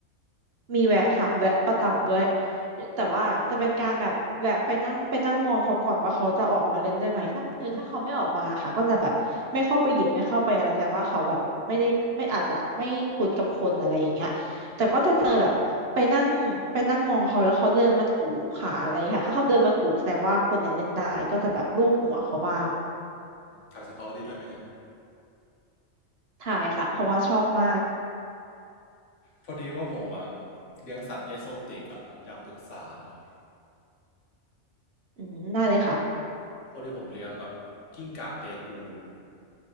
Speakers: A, on the right (about 55°); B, on the left (about 70°).
A: มีแวะค่ะแวะประจำด้วยแต่ว่าจะเป็นการแบบแวะไปนั่งไปนั่งมองเขาก่อนว่าเขาจะออกมาเล่นด้วยไหมถ้าเธอถ้าเขาไม่ออกมาค่ะก็จะแบบไม่เข้าไปหยิบไม่เข้าไปอะไรแสดงว่าเขาแบบไม่ได้ไม่อาจจะไม่คุ้นกับคนอะไรอย่างเงี้ยแต่ก็จะเจอแบบไปนั่งไปนั่งมองเขาแล้วเขาเดินมาถูขาอะไรค่ะถ้าเขาเดินมาถูแสดงว่าคนเนี่ยเล่นได้ก็จะแบบลูบหัวเขาบ้าง
B: ถ่ายสตอรี่ด้วยไหมครับ
A: ใช่ค่ะเพราะว่าชอบมาก
B: พอดีว่าผมอะเลี้ยงสัตว์เอโซติกอะผมอยากปรึกษาหน่อย
A: อืมได้เลยค่ะ
B: พอดีผมเลี้ยงแบบกิ้งก่าเตกู